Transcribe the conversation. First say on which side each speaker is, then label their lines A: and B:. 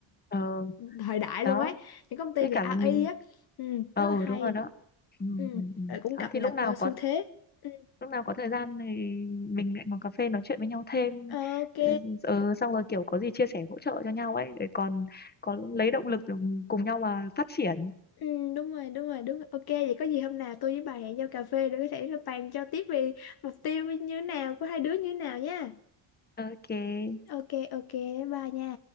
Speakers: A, on the left (about 20°); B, on the left (about 50°).
A: ờ,
B: thời đại
A: đó
B: luôn ấy những công ty
A: với
B: về
A: cả
B: AI
A: là mình
B: á ừ,
A: ờ
B: rất là
A: ừ,
B: hay
A: đúng rồi đó ừ,
B: ừ,
A: ừ, ừ.
B: rồi cũng cập
A: đó thì
B: nhật
A: lúc nào
B: ờ,
A: có
B: xu thế Ừ,
A: lúc nào có thời gian thì mình lại ngồi cà phê nói chuyện với nhau thêm
B: Ờ, ok
A: ừ, ờ, xong rồi kiểu có gì chia sẻ hỗ trợ cho nhau ấy để còn có lấy động lực để cùng nhau mà phát triển
B: Ừ, đúng rồi đúng rồi đúng rồi. ok vậy có gì hôm nào tôi với bà hẹn nhau cà phê để có thể là bàn cho tiếp về mục tiêu như thế nào của hai đứa như thế nào nha
A: ok
B: ok ok bye nha